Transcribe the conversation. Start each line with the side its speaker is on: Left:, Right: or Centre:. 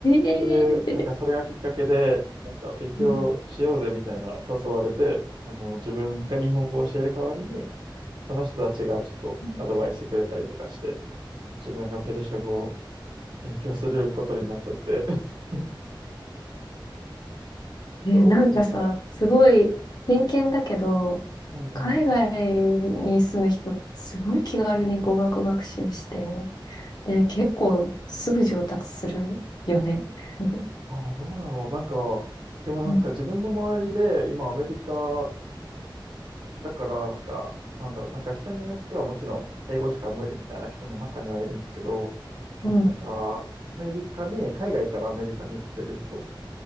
Left: えー、
Right: で、なんかそれがきっかけで、なんか勉強しようぜみたいな誘われて、
Left: うん。
Right: あの、自分が日本語を教える代わりに、その人たちがちょっとアドバイスくれたりとかして、
Left: うん
Right: 自分がペルシャ語を勉強することになっちゃって、<laughs>
Left: えー、
Right: そう、
Left: なんかさ、
Right: なんか、
Left: すごい偏見だけど、
Right: うんうん。
Left: 海外に住む人、すごい気軽に語学学習して、で、結構すぐ上達するよね。<laughs>
Right: ああ、どうだろう。なんか、でもなんか自分の周りで、
Left: うん、
Right: 今アメリカだから、なんか、なんだろう、なんか人によってはもちろん英語しか無理みたいな人も中にはいるんだけど、
Left: うん
Right: なんか、アメリカに、海外からアメリカに来てる人